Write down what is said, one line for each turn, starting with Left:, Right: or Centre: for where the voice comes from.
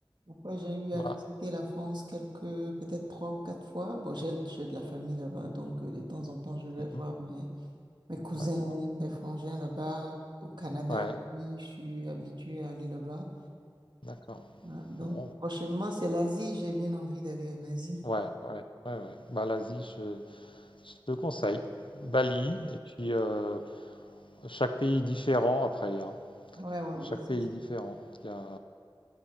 Right: après, j'ai eu
Left: Voilà.
Right: à visiter la France quelques, peut-être trois ou quatre fois. Bon, j'ai j'ai de la famille là-bas, donc euh, de temps en temps, je vais
Left: Mhm.
Right: voir, mais Mes cousins,
Left: D'accord.
Right: les frangins là-bas, au Canada
Left: Ouais,
Right: aussi, je suis habituée à aller là-bas.
Left: d'accord.
Right: Ouais, Donc,
Left: Bon.
Right: prochainement, c'est l'Asie. J'ai bien envie d'aller en Asie.
Left: Ouais, ouais, ouais, ouais. Bah l'Asie, je, je te conseille. Bali et puis euh, Chaque pays est différent après, hein.
Right: Ouais, ouais, ouais,
Left: Chaque
Right: ça
Left: pays
Right: c'est.
Left: est différent. Il y a